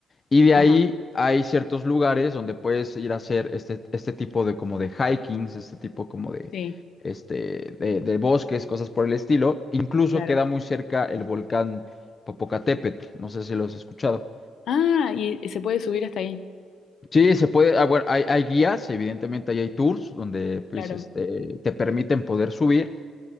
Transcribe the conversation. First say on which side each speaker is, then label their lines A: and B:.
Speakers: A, on the left; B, on the left.
A: Y de ahí
B: ajá,
A: hay ciertos lugares donde puedes ir a hacer este, este tipo de como de hikings, este tipo como de,
B: sí,
A: este, de, de bosques, cosas por el estilo. Incluso
B: claro.
A: queda muy cerca el volcán Popocatépetl, no sé si lo has escuchado.
B: Ah, y se puede subir hasta ahí,
A: Sí, se puede, ah, bueno, hay, hay guías, evidentemente ahí hay tours donde pues,
B: claro.
A: este, te permiten poder subir.